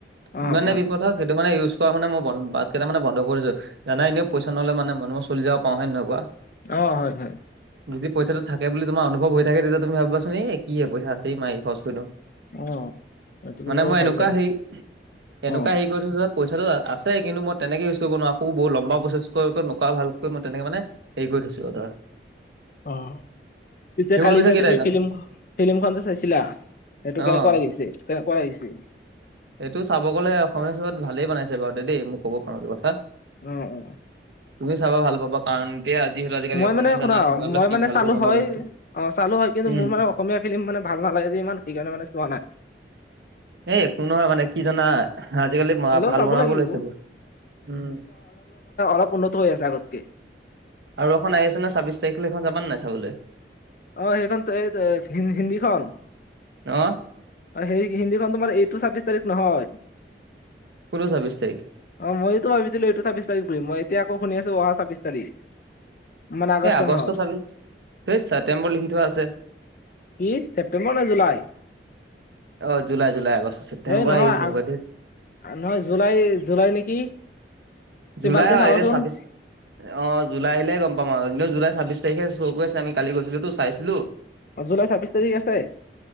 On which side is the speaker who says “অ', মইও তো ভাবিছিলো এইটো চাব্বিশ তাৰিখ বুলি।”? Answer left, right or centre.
Left